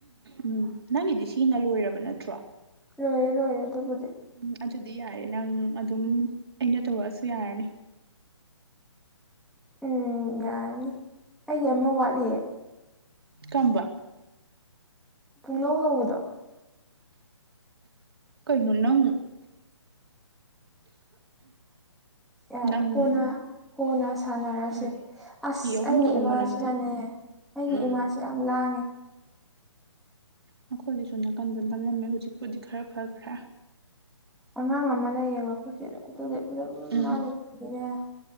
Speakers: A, on the right; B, in the centre.
A: ꯎꯝ ꯅꯪꯒꯤꯗꯤ ꯁꯤꯅ ꯂꯣꯏꯔꯕ ꯅꯠꯇ꯭ꯔꯣ
B: ꯂꯣꯏꯔꯦ ꯂꯣꯏꯔꯦ ꯑꯗꯨꯕꯨꯗꯤ
A: ꯎꯝ ꯑꯗꯨꯗꯤ ꯌꯥꯔꯦ ꯅꯪ ꯑꯗꯨꯝ ꯑꯩꯅ ꯇꯧꯔꯛꯑꯁꯨ ꯌꯥꯔꯅꯤ
B: ꯎꯝ ꯌꯥꯔꯅꯤ ꯑꯩꯒꯤ ꯑꯃ ꯋꯥꯠꯂꯤꯌꯦ
A: ꯀꯝꯕ
B: ꯄꯨꯡꯅꯧ ꯅꯧꯕꯗꯣ
A: ꯀꯩꯅꯩꯅꯣ ꯅꯪ
B: ꯌꯥꯔꯦ
A: ꯅꯪ
B: ꯀꯣꯟꯅ ꯀꯣꯟꯅ ꯁꯥꯟꯅꯔꯁꯦ
A: ꯎꯝ
B: ꯑꯁ
A: ꯍꯤ ꯑꯍꯨꯝ
B: ꯑꯩꯒꯤ
A: ꯇꯣꯡꯉꯣ
B: ꯏꯃꯥꯁꯤꯅꯅꯦ
A: ꯅꯪꯗꯤ
B: ꯑꯩꯒꯤ
A: ꯎꯝ
B: ꯏꯃꯥꯥꯁꯦ ꯌꯥꯝ ꯂꯥꯡꯉꯦ
A: ꯅꯈꯣꯏꯒꯤꯁꯨ ꯅꯥꯀꯟꯗ ꯇꯝꯂꯝꯝꯃꯦ ꯍꯧꯖꯤꯛꯄꯨꯗꯤ ꯈꯔ ꯐꯈ꯭ꯔꯥ
B: ꯑꯉꯥꯡ ꯑꯃ ꯂꯩꯌꯦ ꯃꯈꯣꯏꯁꯤꯗ ꯑꯗꯨꯒ ꯑꯗꯨꯝ
A: ꯎꯝ
B: ꯃꯥ ꯂꯩꯇꯅꯤꯅꯦꯥꯡ